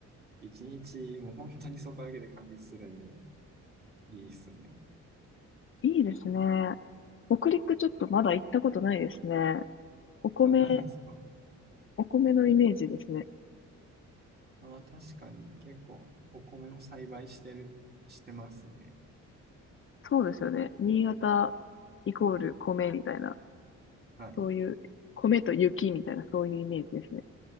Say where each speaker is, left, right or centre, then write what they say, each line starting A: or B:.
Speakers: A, on the right (about 30°); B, on the left (about 45°).
A: 一日もう本当にそこだけで完結するんで、いいっすね。
B: いいですね。北陸ちょっとまだ行ったことないですね。お米、
A: あ、ないんすか
B: お米のイメージですね。
A: ああ、確かに結構お米を栽培してる、してますね。
B: そうですよね。新潟イコール米みたいな、
A: はい。
B: そういう、米と雪みたいな、そういうイメージですね。